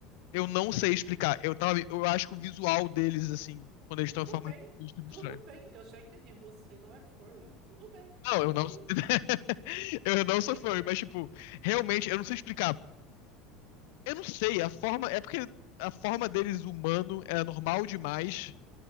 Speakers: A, on the left (about 55°); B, on the right (about 45°).
A: Eu não sei explicar. Eu, tava, eu acho que o visual deles, assim, quando eles
B: Tudo
A: estão em forma
B: bem,
A: de besta, é muito
B: tudo
A: estranho.
B: bem. Eu já entendi. Você não é furry. Tudo bem,
A: Não,
B: já
A: eu
B: entendi.
A: não. <laughs> Eu não
B: <laughs>
A: sou fã, mas, tipo, realmente, eu não sei explicar. Eu não sei, a forma. É porque a forma deles humano era normal demais.